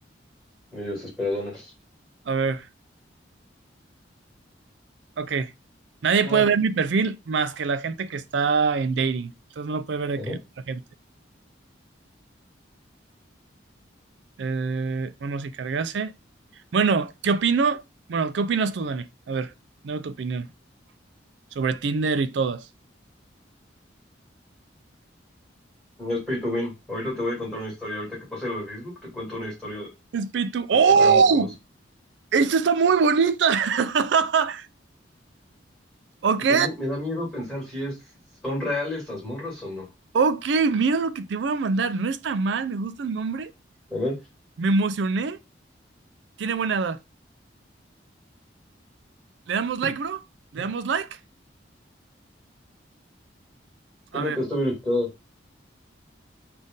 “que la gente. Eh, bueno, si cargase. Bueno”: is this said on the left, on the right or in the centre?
Right